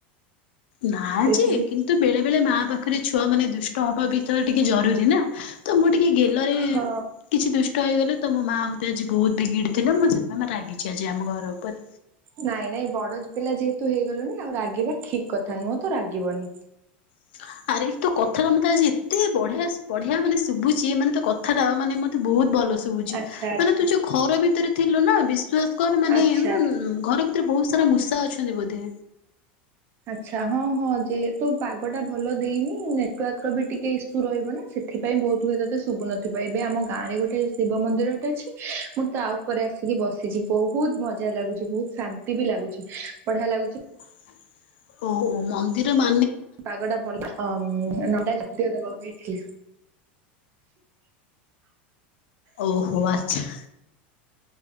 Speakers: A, on the left (about 75°); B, on the right (about 40°).
A: ନା
B: ସେ
A: ଯେ
B: ସବୁ
A: କିନ୍ତୁ ବେଳେ ବେଳେ ମା ପାଖରେ ଛୁଆ ମାନେ ଦୁଷ୍ଟ ହବା ବି ତ ଟିକେ ଜରୁରୀ ନା। ତ ମୁଁ ଟିକେ ଗେଲରେ
B: ହଁ।
A: କିଛି ଦୁଷ୍ଟ ହେଇଗଲେ ତ ମୋ ମା ମତେ ଆଜି ବହୁତ ବିଗିଡି ଥିଲେ ମୁଁ ସେଥିପାଇଁ ରାଗିଛି ଆଜି ଆମ ଘର ଉପରେ।
B: ନାଇଁ ନାଇଁ ବଡ ପିଲା ଯେହେତୁ ହେଇଗଲୁଣିି ଆଉ ରାଗିବା ଠିକ କଥା ନ ମଁ ତ ରାଗିବନି।
A: <inaudible> ଆରେ ତୋ କଥାଟା ମତେ ଆଜି ଏତେ ବଢିଆ ବଢିଆ ମାନେ ଶୁଭୁଛି ମାନେ ତୋ କଥାଟା ମାନେ ମତେ ବହୁତ ଭଲ ଶୁଭୁଚି
B: ଆଚ୍ଛା ଆଚ୍ଛା
A: ମାନେ ତୁ ଯୋଉ ଘର ଭିତରେ ଥିଲୁ ନା ବିଶ୍ୱାସ କର ମାନେ
B: ଆଚ୍ଛା
A: ଘର ରେ ବହୁତ ସାରା ମୂଷା ଅଛନ୍ତି ବୋଧେ।
B: ଆଛା ହଁ ହଁ ଯେହେତୁ ପାଗ ଟା ଭଲ ଦେଇନି ନେଟୱାର୍କ ର ବି ଟିକେ ଇସୁ ରହିବ ନା ସେ ସେଥିପାଇଁ ବହୁତ ହୁଏ ତତେ ଶୁଭୁନଥିବ ଏବେ ଆମ ଗାଁରେ ଗୋଟେ ଶିବ ମନ୍ଦିରଟେ ଅଛି ମୁଁ ତା ଉପରେ ଆସି ଆସିକି ବସିଛି ବହୁତ ମଜା ଲାଗୁଛି ବହୁତ ଶାନ୍ତି ବି ଲାଗୁଛି ବଢିଆ ଲାଗୁଛି।
A: <inaudible> ଓହ ମନ୍ଦିର ମ
B: ପାଗ ଟା ଭଲ ନ ଦେ ଦେବାକୁ ଯାଇଥିଲି।
A: ଓହୋ ଆଚ୍ଛା।